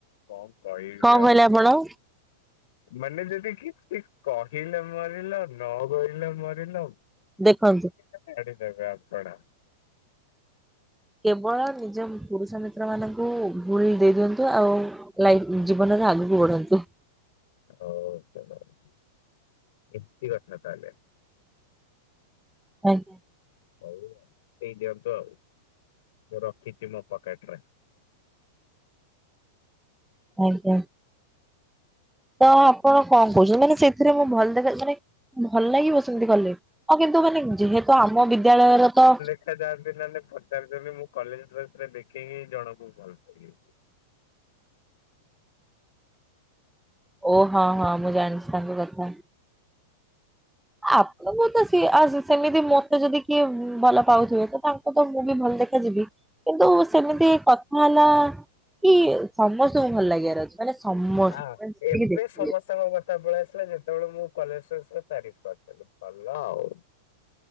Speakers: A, on the left; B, in the centre.
A: କଣ କହିବି
B: କଣ
A: ଆଉ।
B: କହିଲେ ଆପଣ?
A: ମାନେ ଯଦି କି କି କହିଲେ ମରିଲ ନ କହିଲେ ମରିଲ।
B: ଦେଖନ୍ତୁ
A: ଭୁଲ୍ କେତୋଟି?
B: କେବଳ ନିଜ ପୁରୁଷ ମିତ୍ର ମାନଙ୍କୁ ଭୁଲ ଦେଇ ଦିଅନ୍ତୁ ଆଉ <unintelligible> ଜୀବନରେ ଆଗକୁ ବଢନ୍ତୁ।
A: <unintelligible>
B: ଆଜ୍ଞା।
A: ହଉ ଆଉ ଏଇଟା ତ ମୁଁ ରଖିଚି ମୋ ପକେଟ ରେ।
B: ଆଜ୍ଞା। ତ ଆପଣ କଣ କହୁଛନ୍ତି ମାନେ ସେଥିରେ ମୁଁ ଭଲ ଦେଖ ମାନେ ଭଲ ଲାଗିବ ସେମିତି କଲେ। ହଁ କିନ୍ତୁ ମାନେ ଯେହେତୁ ଆମ ବିଦ୍ୟାଳୟର ତ
A: ଏ ଯାଆନ୍ତି ମାନେ ପଚାରିଦେଲେ ମୁଁ କଲେଜ ଡ୍ରେସ ରେ ଦେଖେଇହେଇକି ଜଣକୁ ଭଲ ପାଇଲି।
B: ଓ ହଁ ହଁ ମୁଁ ଜାଣିଚି ତାଙ୍କ କଥା। ଆପଣଙ୍କୁ ତ ସିଏ ଆ ସେମିତି ମୋତେ ଯଦି କିଏ ଉମ୍ ଭଲ ପାଉଥିବ ତ ତାଙ୍କୁ ତ ମୁଁ ବି ଭଲ ଦେଖା ଯିବି କିନ୍ତୁ ସେମିତି କଥା ହେଲା କି ସମସ୍ତଙ୍କୁ ଭଲ ଲାଗିବାର ଅଛି ମାନେ ସମସ୍ତଙ୍କୁ
A: ଆ
B: ମାନେ ଯେତିକି
A: ଏବେ
B: ଦେଖିବେ।
A: <unintelligible> ପଳେଇ ଆସିଲା ଯେତେବେଳେ ମୁଁ କଲେଜରେ <unintelligible> ଆସିଲା ତାରିଫ୍ କରିଦେଲି ଭଲ ଆଉ।